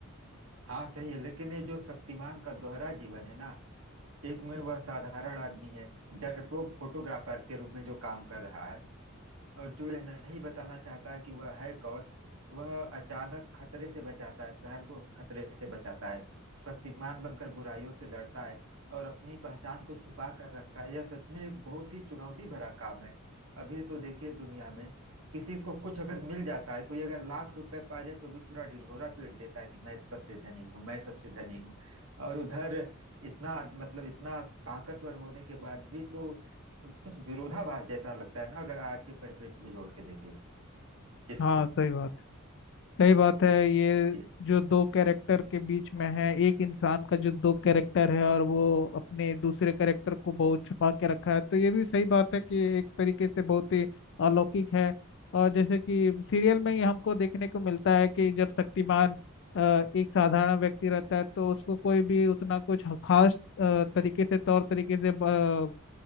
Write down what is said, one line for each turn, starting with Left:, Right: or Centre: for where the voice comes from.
Right: हाँ सही है लेकिन ये जो शक्तिमान का दोहरा जीवन है ना एक में वह साधारण आदमी है डरपोक फोटोग्राफर के रूप में जो काम कर रहा है और जो यह नहीं बताना चाहता कि वह है कौन वह अचानक खतरे से बचाता है शहर को उस खतरे से बचाता है शक्तिमान बनकर बुराइयों से लड़ता है और अपनी पहचान को छुपा कर रखता है यह सच में एक बहुत ही चुनौती भरा काम है अभी तो देखिए दुनिया में किसी को कुछ अगर मिल जाता है कोई अगर लाख रुपए पा जाए तो भी पूरा ढिढोरा पीट देता है कि मैं सबसे धनी हूँ मैं सबसे धनी हूँ और उधर इतना मतलब इतना ताकतवर होने के बाद भी तो कुछ विरोधाभास जैसा लगता है ना अगर आज के परिप्रेक्ष्य में जोड़ के देखे इसको
Left: हाँ सही बात सही बात है ये
Right: जी
Left: जो दो कैरेक्टर के बीच में है एक इंसान का जो दो कैरेक्टर है और वो अपने दूसरे कैरेक्टर को बहुत छुपा के रखा है तो ये भी सही बात है कि एक तरीके से बहुत ही अलौकिक है और जैसे कि सीरियल में ही हमको देखने को मिलता है कि जब शक्तिमान अ, एक साधारण व्यक्ति रहता है तो उसको कोई भी उतना कुछ खास अ, तरीके से तौर तरीके से अ,